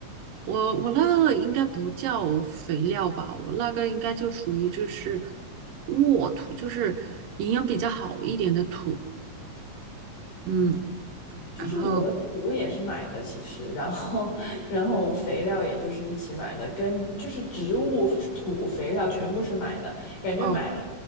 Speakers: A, on the right (about 80°); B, on the left (about 80°).
A: 我我那个应该不叫肥料吧，我那个应该就属于就是沃土，就是营养比较好一点的土。嗯，
B: 就是我的土也是买的，
A: 然后
B: 其实，然后 <laughs> 然后肥料也就是一起买的，跟就是植物土肥料全部是买的，感觉买了
A: 哦，